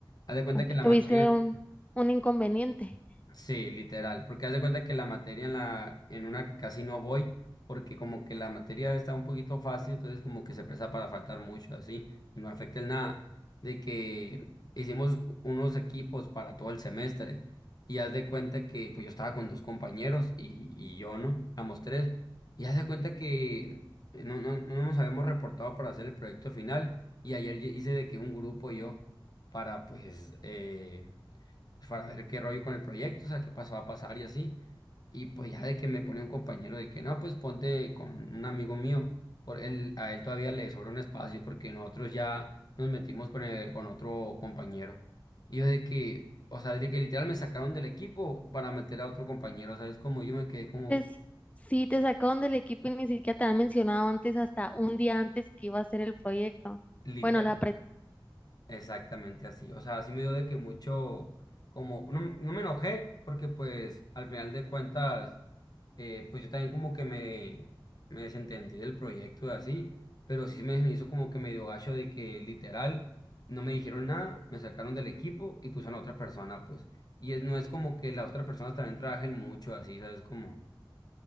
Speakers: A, on the left; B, on the left.
A: Haz de cuenta
B: Aquí
A: que la
B: tuviste
A: materia...
B: un, un inconveniente.
A: Sí, literal, porque haz de cuenta que la materia en la en una casi no voy porque como que la materia está un poquito fácil, entonces como que se presta para faltar mucho así y no afecta en nada de que hicimos unos equipos para todo el semestre y haz de cuenta que pues yo estaba con dos compañeros y, y yo no, éramos tres y haz de cuenta que no, no, no nos habíamos reportado para hacer el proyecto final y ayer hice de que un grupo yo para pues eh, pues, para ver qué rollo con el proyecto, o sea, qué pasó a pasar y así. Y pues ya de que me pone un compañero de que no, pues ponte con un amigo mío, por él, a él todavía le sobra un espacio porque nosotros ya nos metimos con, el- con otro compañero. Y yo de que, o sea, de que literal me sacaron del equipo para meter a otro compañero, ¿sabes? Como yo me quedé como
B: Antes, sí, te sacaron del equipo y ni siquiera te han mencionado antes, hasta un día antes que iba a hacer el proyecto.
A: literal,
B: Bueno, la pre-
A: exactamente así. O sea, así me dio de que mucho, como, no, no me enojé porque pues al final de cuentas eh, pues yo también como que me, me desentendí del proyecto y así, pero sí me, me hizo como que medio gacho de que literal no me dijeron nada, me sacaron del equipo y pusieron a otra persona, pues. Y es, no es como que las otras personas también trabajen mucho así, ¿sabes? Como,